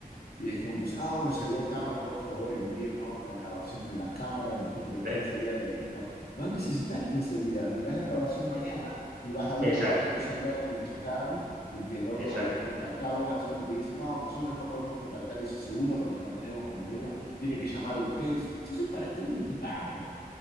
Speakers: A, on the left (about 80°); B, on the right (about 80°).
A: Y es como que dice, ah, bueno, si habían cámaras, por favor, envíenos las grabaciones de las cámaras y nosotros en 15
B: Eh,
A: días le respondemos. No necesitas 15 días, mirás la grabación mañana
B: eh,
A: y vas a ver
B: Exacto,
A: de que yo crucé en verde, me chocaron y que el otro,
B: exacto,
A: y contactamos al seguro y te dicen, no, nosotros no podemos contactar ese seguro porque no tenemos convenio, tiene que llamar usted. Entonces, ¿para qué le estoy pagando?